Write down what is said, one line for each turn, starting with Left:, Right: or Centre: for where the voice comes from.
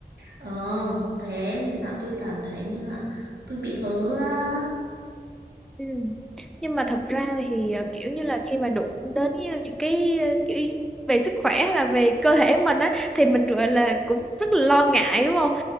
Right: Ờ, thế nên là tôi cảm thấy như là tôi bị hớ á.
Centre: Ừ. Nhưng mà thật ra thì ờ, kiểu như là khi mà đụng đến như những cái ờ, kiểu về sức khỏe hay là về cơ thể mình á thì mình gọi là cũng rất là lo ngại đúng không?